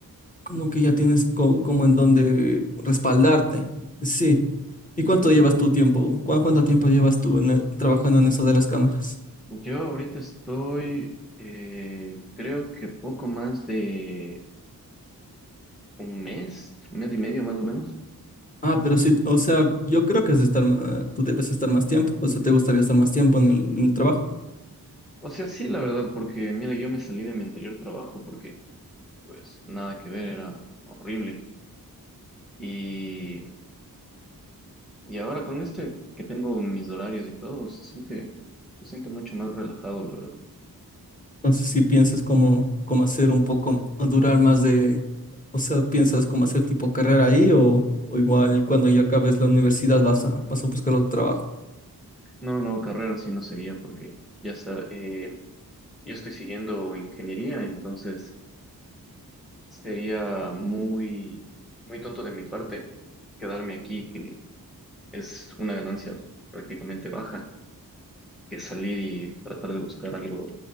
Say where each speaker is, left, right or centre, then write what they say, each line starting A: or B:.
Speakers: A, on the left; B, in the centre.
A: Como que ya tienes co- como en donde respaldarte. Sí. ¿Y cuánto llevas tu tiempo? ¿Cuá- ¿Cuánto tiempo llevas tú en la- trabajando en eso de las cámaras?
B: Yo ahorita estoy, eh, creo que poco más de un mes, un mes y medio más o menos.
A: Ah, pero sí, o sea, yo creo que has de estar, ma- tú debes estar más tiempo, o sea, te gustaría estar más tiempo en el, en el trabajo.
B: O sea, sí, la verdad, porque mira, yo me salí de mi anterior trabajo porque pues nada que ver, era horrible. Y, y ahora con este que tengo mis horarios y todo, se siente, se siente mucho más relajado, la verdad.
A: Entonces, si piensas como, como hacer un poco, o durar más de, o sea, piensas como hacer tipo carrera ahí o, o igual cuando ya acabes la universidad vas a, vas a buscar otro trabajo
B: No, no, no, carrera sí no sería porque ya está, eh, yo estoy siguiendo ingeniería, entonces sería muy, muy tonto de mi parte quedarme aquí, que es una ganancia prácticamente baja, que salir y tratar de buscar algo